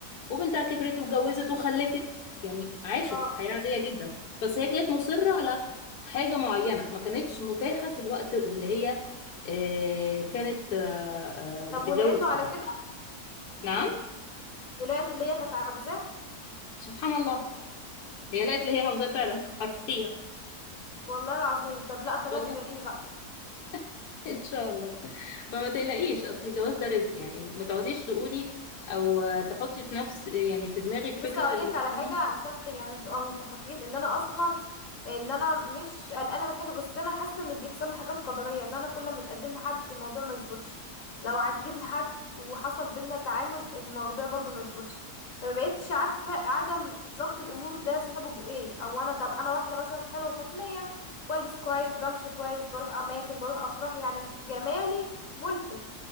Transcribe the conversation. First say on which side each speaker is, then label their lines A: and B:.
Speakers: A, on the left; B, on the left.
A: وبنتها كبرت واتجوزت وخلفت يعني عاشت
B: اه
A: حياة عادية جدا بس هي كانت مصرة على حاجة معينة ما كانتش متاحة في الوقت اللي هي آه، كانت آه، آه،
B: طب
A: بتتجوز
B: ولقيته
A: فيه
B: على كده
A: نعم
B: ولقيت اللي هي كانت عاوزاه
A: سبحان الله هي لقت اللي هي عاوزاه فعلا حرفيا
B: والله العظيم طب لا خليها
A: والله
B: تدعي لي بقى
A: <laughs> ان شاء الله فما تقلقيش اصل الجواز ده رزق يعني ما تقعديش تقولي او آه، تحطي في نفس يعني في دماغك
B: بص
A: فكرة
B: هقولك
A: المجتمع
B: على حاجه عشان يعني نبقى متفقين ان انا اصلا ان انا مش قلقانه من حاجه بس انا حاسه ان بيحصل لي حاجات قدريه ان انا كل ما اتقدم لحد الموضوع ما يظبطش لو عجبني حد وحصل بينا تعامل الموضوع برضو ما يظبطش فمبقتش عارفه عدم ضبط الامور ده سببه ايه او انا طب انا واحده مثلا حلوه شكليا بلبس كويس بمشي كويس بروح اماكن بروح افراح يعني جمالي ملفت